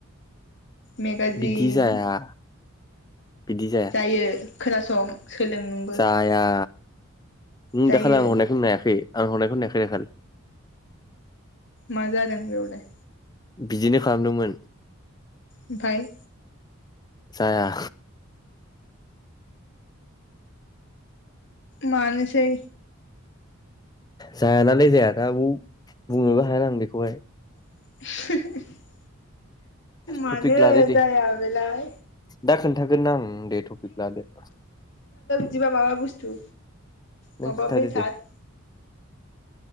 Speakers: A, on the left (about 55°); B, on the left (about 20°).
A: मेगाजिन
B: बिदि जाया बिदि जाया
A: जायो खोनासं सोलों नोंबो
B: जाया नों
A: जायो
B: दाखालि आं हरनायखौ नायाखै आं हरनायखौ नायाखै दखन
A: मा जादों बेआवलाय
B: बिदिनो खालामदोंमोन
A: ओमफाय
B: जाया
A: मानोसै
B: जाया नालाय जाया दा बुंनोबो हाया आं बेखौहाय
A: <unintelligible> मानो
B: टपिक लादो दे
A: जाया बेलाय
B: दा खोन्थागोनना आं दे टपिक लादो।
A: बिबा माबा बस्थु
B: नों
A: माबा
B: खोन्थादो
A: बेसाद
B: दे